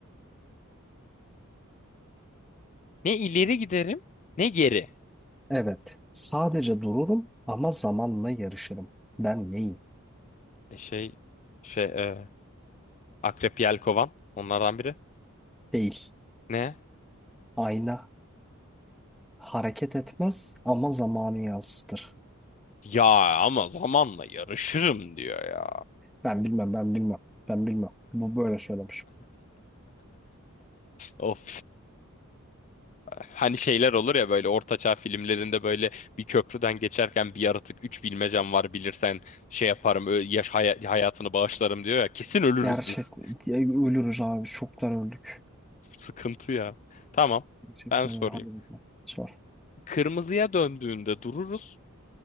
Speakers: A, on the left (about 35°); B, in the centre.
A: Ne ileri giderim ne geri.
B: Evet. Sadece dururum ama zamanla yarışırım. Ben neyim?
A: E şey şey e, Akrep Yelkovan onlardan biri.
B: Değil.
A: Ne?
B: Ayna hareket etmez ama zamanı yansıtır.
A: Ya ama zamanla yarışırım diyor ya.
B: Ben bilmem ben bilmem. Ben bilmem. Bu böyle söylemiş.
A: <laughs> Of. Hani şeyler olur ya böyle ortaçağ filmlerinde böyle bir köprüden geçerken bir yaratık üç bilmecem var bilirsen şey yaparım ö- yaş haya- hayatını bağışlarım diyor ya kesin ölürüz
B: Gerçek
A: biz.
B: ya ölürüz abi. Çoktan öldük.
A: Sıkıntı ya. Tamam
B: Gerçekten
A: ben sorayım.
B: öyle. Hadi bakalım. Sor.
A: Kırmızıya döndüğünde dururuz.